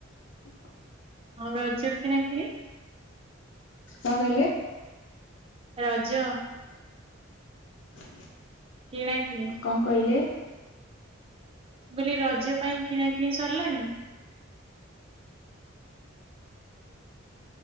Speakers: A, on the left; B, on the right.
A: ହ
B: ଆଉ ରଜ କିଣାକିଣି।
A: କଣ କହିଲେ।
B: ରଜ।
A: କଣ କହିଲେ।
B: କିଣା କିଣି।
A: କଣ କହିଲେ।
B: ବୋଲି ରଜ ପାଇଁ କିଣା କିିଣି ସରିଲାଣି।